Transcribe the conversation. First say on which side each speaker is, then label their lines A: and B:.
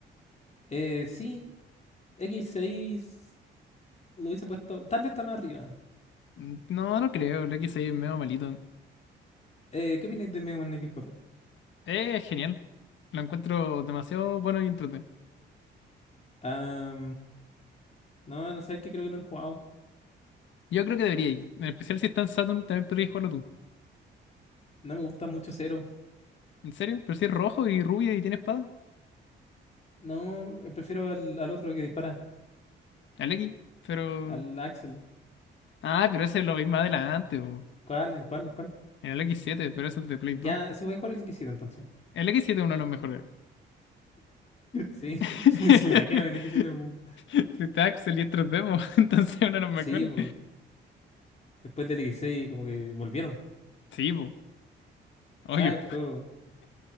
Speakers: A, on the left (about 35°); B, on the left (about 70°).
A: Eh, sí, x seis lo hubiese puesto, tal vez está más arriba.
B: Mm, No, no creo, el X6 es medio malito.
A: Eh, ¿qué opináis de Mega Man x cuatro?
B: Eh, Es genial. Lo encuentro demasiado bueno y entretenido.
A: Ah, no, no sabéis que creo que no lo he jugado.
B: Yo creo que debería ir. En especial si está en Saturn, también podrías jugarlo tú.
A: No me gusta mucho Zero.
B: ¿En serio? Pero si es rojo y rubia y tiene espada.
A: No, eh, prefiero al, al otro que dispara,
B: El X. Pero.
A: al Axel.
B: Ah, pero ese lo veis más adelante, po.
A: ¿Cuál? ¿En cuál? ¿En cuál?
B: En el x siete, pero ese es de Play 2.
A: Ya, sí voy a jugar el X7 entonces.
B: El x siete es uno de los mejores.
A: <laughs> Sí,
B: <laughs>
A: <laughs> sí, sí, me imagino el X7. bu-
B: Si está Axel y es 3D, po, <laughs> entonces es uno de los mejores.
A: Sí, bu, después del X6 como que volvieron.
B: Sí, po. Obvio.
A: ¿Sabes este juego?